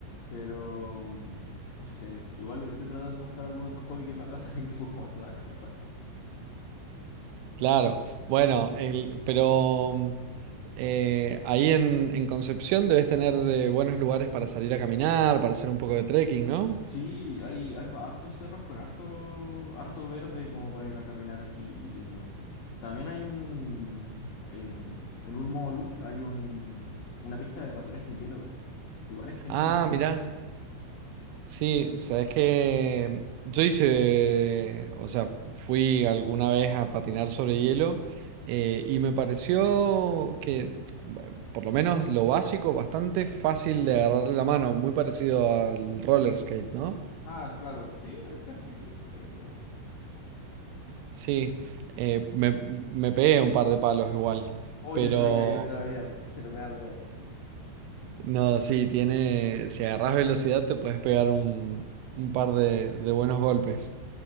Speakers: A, on the left; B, on the right.
A: Pero, mm, no sé, igual estoy tratando de buscar algún otro hobby que me haga <laughs> salir un poco más de la casa.
B: Claro, bueno, el- pero mm, eh, ahí en, en Concepción debes tener eh, buenos lugares para salir a caminar, para hacer un poco de trekking, ¿no?
A: Sí, hay, hay ba- hartos cerros con harto, harto verde como para ir a caminar así y lindo. También hay un, en, en un mall hay un, una pista de patinaje en hielo, que igual es genial.
B: Ah, mirá. Sí, sabes que yo hice, o sea, fui alguna vez a patinar sobre hielo eh, y me pareció que, b- por lo menos lo básico, bastante fácil de agarrarle la mano, muy parecido al roller skate, ¿no?
A: Ah, claro, sí, es casi, es casi lo mismo, de hecho.
B: Sí, eh, me, me pegué un par de palos igual,
A: Oh,
B: pero
A: yo no me caí otra vida, <laughs> pero me da miedo.
B: no, sí, tiene, si agarras velocidad te puedes pegar un, un par de de buenos golpes.